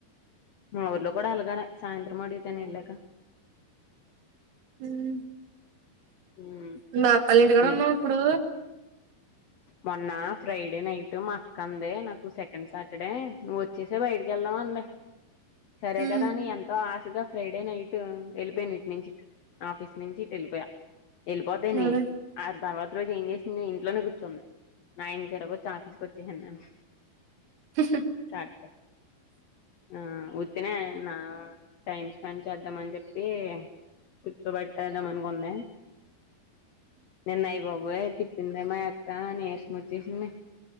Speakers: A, on the left; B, on the right.
A: మ ఊర్లో కూడా అల్గాలె సాయంత్రం అడిగితె నే ఎళ్ళాక
B: ఉమ్
A: ఉమ్
B: మీ మాప్పల్ ఇంటికాడ
A: ఉమ్
B: ఉన్నవ్ ఇప్పుడూ
A: మొన్నా ఫ్రైడే నైట్ మా అక్కంది నాకు సెకండ్ సాటర్డే నువ్ ఒచ్చే యి బైటికెళ్దాం అందే సరే
B: ఉమ్
A: కదా అని ఎంతో ఆశగా ఫ్రైడే నైట్ ఎళ్ళిపోయన్ ఇట్ నుంచి ఇటు ఆఫీస్ నుంచి ఇట్ ఎళ్ళిపోయా ఎళ్ళిపోతే నీ
B: అదే
A: ఆట్ తర్వాత రోజు ఏం చేసింది ఇంట్లోనే కూర్చుంది. నైన్ తర్వాత ఆఫీస్ కొచ్చేసాన్ నేను
B: హ్ హ్
A: సాటర్డే ఆ ఉత్తినే నా టైమ్ స్పెండ్ చేద్దామన్ చెప్ పీ కూర్చోబెట్టేదాం అనుకుందే నిన్న అయి బాబోయ్ తిప్పిందే మా అక్క కా నీరసం ఒచ్చేసింది